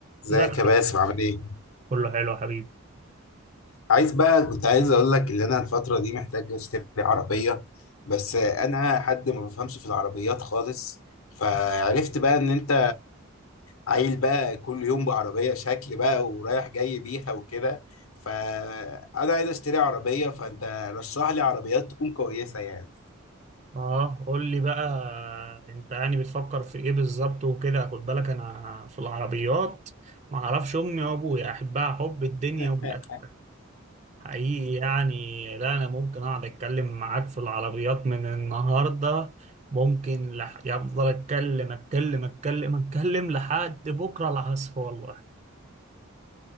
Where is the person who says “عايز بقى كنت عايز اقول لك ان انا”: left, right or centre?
Left